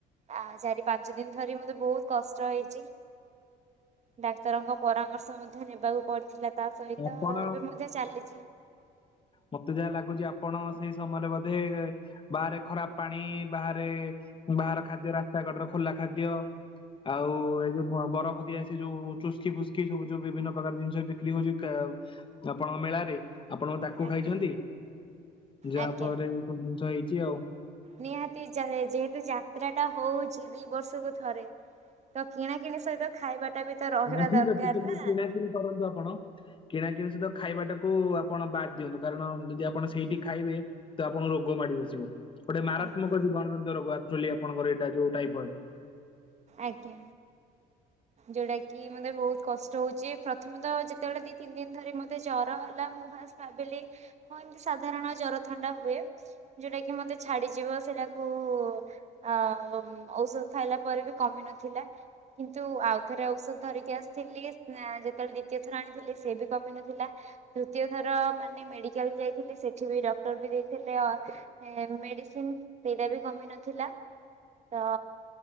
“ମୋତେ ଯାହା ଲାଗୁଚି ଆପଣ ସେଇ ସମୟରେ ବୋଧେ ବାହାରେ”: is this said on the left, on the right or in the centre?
Left